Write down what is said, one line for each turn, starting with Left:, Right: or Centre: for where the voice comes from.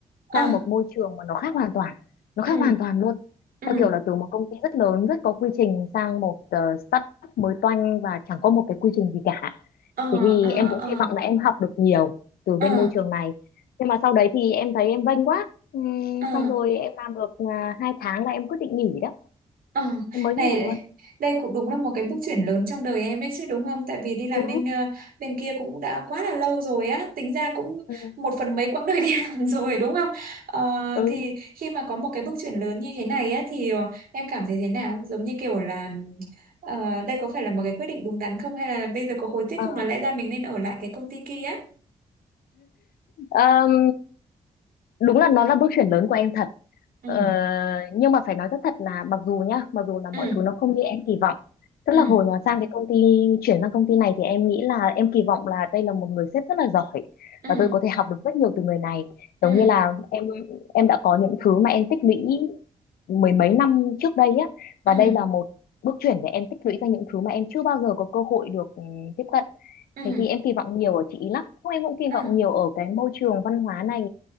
Right: ờ,
Left: sang một môi trường mà nó khác hoàn toàn. Nó khác
Right: ừ,
Left: hoàn toàn luôn.
Right: ừ,
Left: Theo kiểu là từ một công ty rất lớn, rất có quy trình sang một ờ, startup mới toanh và chẳng có một cái quy trình gì cả.
Right: ờ,
Left: Thế thì
Right: ờ,
Left: em cũng
Right: ờ,
Left: kỳ vọng là em học được nhiều từ
Right: ờ,
Left: bên môi trường này. Nhưng mà sau đấy thì em thấy em vênh quá. Ừm,
Right: ờ.
Left: xong rồi em làm được à, hai tháng là em quyết định nghỉ đó.
Right: Ờ,
Left: Em mới
Right: này
Left: nghỉ luôn.
Right: đây cũng đúng là một cái bước chuyển lớn trong đời em đấy chứ đúng không? Tại vì đi làm
Left: Ừ.
Right: bên ờ, bên kia cũng đã quá là lâu rồi á, tính ra cũng
Left: Ừ.
Right: một phần mấy quãng đời đi <laughs> làm rồi đúng không? Ờ,
Left: Ừ.
Right: thì khi mà có một cái bước chuyển lớn như thế này á thì ờ, em cảm thấy thế nào? Giống như kiểu là ờ, đây có phải là một cái quyết định đúng đắn không hay là bây giờ có hối tiếc
Left: Ờ.
Right: không là lẽ ra mình nên ở lại cái công ty kia á?
Left: Ờm, đúng là nó là bước chuyển lớn của em thật
Right: Ừ.
Left: ờ, nhưng mà phải nói rất thật là mặc dù nhá mặc dù là
Right: Ừ.
Left: mọi thứ nó không như em kỳ vọng tức
Right: Ừ.
Left: là hồi mà sang cái công ty chuyển sang công ty này thì em nghĩ là em kỳ vọng là đây là một người sếp rất là giỏi
Right: Ừ.
Left: và tôi có thể học được rất nhiều từ người này
Right: Ừ.
Left: giống như là em em đã có những thứ mà em tích lũy mười mấy năm trước đây á và
Right: Ừ.
Left: đây là một bước chuyển để em tích lũy ra những thứ mà em chưa bao giờ có cơ hội được ừ, tiếp cận
Right: Ừ.
Left: thế thì em kỳ vọng nhiều ở chị ý lắm không em cũng kỳ
Right: À.
Left: vọng nhiều ở cái môi trường văn hóa này